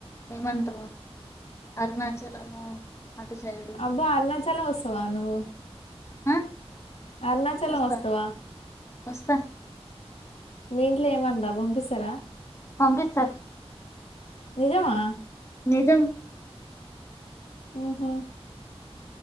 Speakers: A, on the left (about 25°); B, on the left (about 75°).
A: ఎమంటరు అరుణాచలము అటు సైడు
B: అబ్బా అరుణాచలం వస్తవా నువ్వు
A: ఆ
B: అరుణాచలం
A: వస్తా
B: వస్తవా
A: వస్తా
B: మీ ఇంట్లా ఏమనరా పంపిస్తారా
A: పంపిస్తార్
B: నిజామా
A: నిజం
B: ఆహా